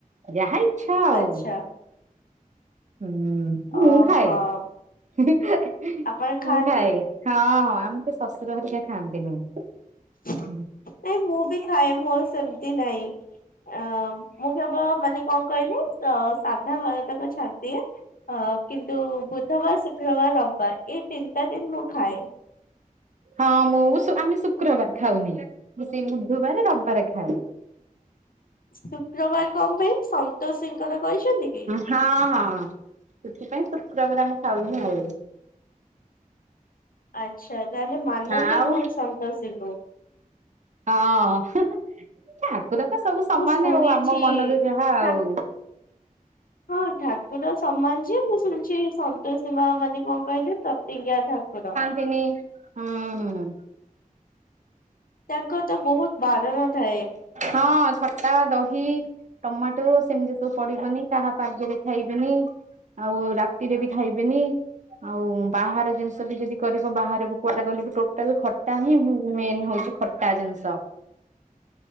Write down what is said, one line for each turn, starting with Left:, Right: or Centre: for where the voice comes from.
Right: ଯାହା ଇଚ୍ଛା ଆଉ।
Left: ଆଚ୍ଛା
Right: ହୁଁ ମୁଁ
Left: ଓହୋ।
Right: ଖାଏ ମୁଁ
Left: ଆପଣ ଖାଆନ୍ତି
Right: ଖାଏ। ହଁ ହଁ ଆମେ ତ ଶଶୁର ହରିକା ଖାଆନ୍ତିନି।
Left: ନାଇଁ
Right: ହଁ
Left: ମୁଁ ବି ଖାଏ ମୋର ସେମତି ନାଇଁ। ଅ ମୁଁ କେବଳ ମାନେ କଣ କହିଲେ ତ ସାଧା ବାରତକ ଛାଡିଦିଏ ହ କିନ୍ତୁ ବୁଧବାର ଶୁ କ୍ରବାର ରବିବାର ଏଇ ତିନିଟା ଦିନ୍ ମୁଁ ଖାଏ।
Right: ହଁ ମୁଁ ଶୁ ଆମେ ଶୁକ୍ରବାର ଖାଉନି ମୁଁ ସେଇ ବୁଧବାରେ ରବିବାରେ ଖାଏ।
Left: ଶୁକ୍ରବାର କଣ ପାଇଁ ସନ୍ତୋଷିଙ୍କର କରିଛନ୍ତି କି?
Right: ହଁ ହଁ ସେଥିପାଇଁ ଶୁକ୍ରବାର ଆମେ ଖାଉନୁ ଆଉ।
Left: ଆଚ୍ଛା ତାହେଲେ ମାନନ୍ତି
Right: ଆଉ
Left: ବହୁତ ସନ୍ତୋଷିଙ୍କୁୁ।
Right: ହଁ ଠାକୁରତ ସବୁ ସମାନେ
Left: ମୁଁ ଶୁଣିଛି
Right: ଆଉ ଆମ ମନରୁ ଯାହା ହାଉ
Left: ଠା ହଁ ଠାକୁର ସମାନଯେ ମୁଁ ଶୁଣିଛି ସ ସନ୍ତୋଷିମା ମାନେ କଣ କହିଲେ ପ୍ରତିଜ୍ଞା ଠାକୁର।
Right: ଥିନି ହୁଁ
Left: ତାଙ୍କର ତ ବହୁତ୍ ବାରଣ ଥାଏ।
Right: ହଁ ଖଟା ଦହି ଟମାଟୋ ସେମିତି ସବୁ ପଡିବନି। କାହା ପାଜେରେ ଖାଇବେନି ଆଉ ରାତିରେବି ଖାଇବେନି। ଆଉ ବାହାର ଜିନିଷ ବି ଯଦି କରିବ ବାହାରକୁ କୁଆଡେ ଗଲେବି ଟୋ ଟାଲ୍ ଖଟା ହିଁ ଉଁ ମେନ ହଉଛି ଖଟା ଜିନିଷ।